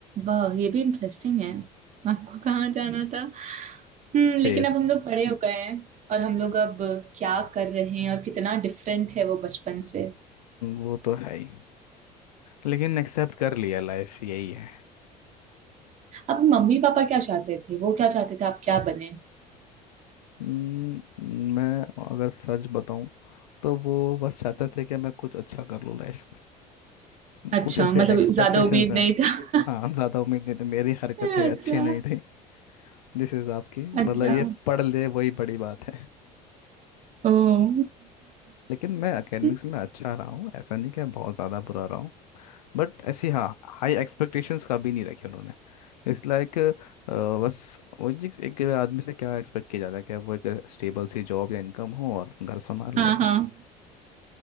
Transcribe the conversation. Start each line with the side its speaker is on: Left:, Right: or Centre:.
Right: वाह ये भी इंटरेस्टिंग है आपको कहाँ जाना था हम्म
Left: स्पेस
Right: लेकिन अब हम लोग बड़े हो गए हैं और हम लोग अब क्या कर रहे हैं और कितना डिफरेंट है वो बचपन से
Left: वो तो है ही लेकिन एक्सेप्ट कर लिया लाइफ यही है
Right: अब मम्मी पापा क्या चाहते थे वो क्या चाहते थे आप क्या बने
Left: हम्म, मैं अगर सच बताऊं तो वो बस चाहते थे कि मैं कुछ अच्छा कर लूँ लाइफ में
Right: अच्छा,
Left: कुछ ऐसे
Right: मतलब
Left: एक्सपेक्टेशंस
Right: ज़्यादा उम्मीद
Left: हैं
Right: नहीं था।
Left: हाँ ज़्यादा उम्मीद नहीं थी मेरी हरकतें
Right: <laughs> अच्छा,
Left: अच्छी नहीं थी जिस हिसाब की मतलब
Right: अच्छा।
Left: ये पढ़ ले वही बड़ी बात है
Right: ओह!
Left: लेकिन मैं एकेडमिक्स
Right: <laughs>
Left: में अच्छा रहा हूँ ऐसा नहीं कि मैं बहुत ज़्यादा बुरा रहा हूँ बट ऐसी हाँ हाई एक्सपेक्टेशंस कभी नहीं रखी उन्होंने इस लाइक बस वो जी एक आदमी से क्या एक्सपेक्ट किया जाता है कि वो एक स्टेबल सी जॉब या इनकम हो और घर संभाल
Right: हाँ,
Left: ले बस
Right: हाँ।